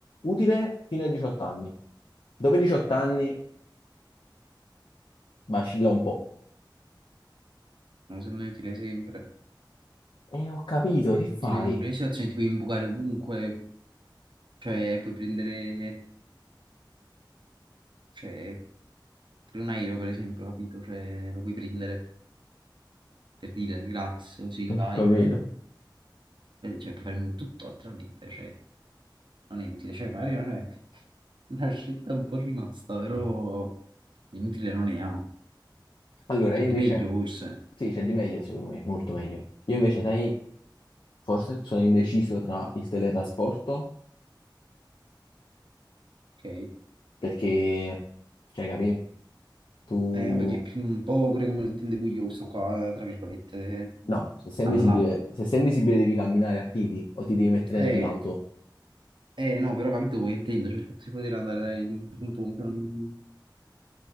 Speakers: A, on the left; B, on the right.
A: utile fino ai 18 anni. Dopo i 18 anni vacilla un po'.
B: no, secondo me è utile sempre,
A: Eh, ho capito,
B: è
A: che fai?
B: utile in un- in una situazione ti puoi imbucare ovunque, cioè puoi prendere, cioè, per un aereo, per esempio, capito? Cioè, lo puoi prendere, per dire, gratis, così
A: Ho
B: vai,
A: capito.
B: cioè... Vedi, Cioè, puoi fare un tutto altrimenti, cioè, non è inutile. Cioè, magari non è <laughs> una scelta un po' rimasta, però inutile non è, ah.
A: Allora,
B: Cioè,
A: io invece...
B: di meglio forse,
A: Sì, c'è di meglio, secondo me, molto meglio. Io invece, sai, forse sono indeciso tra il teletrasporto,
B: ok?
A: perché, cioè, capì? Tu
B: Eh, vabbè, che è più un po' pure come lo intendevo io questo qua, eh, tra virgolette,
A: No, se sei
B: stiamo
A: invisibile,
B: là.
A: se sei invisibile devi camminare a piedi o ti devi mettere
B: Eh,
A: nell'auto.
B: eh, no, però ho capito quello che intendo, cioè, il fatto di poter andare in un punto comunque non...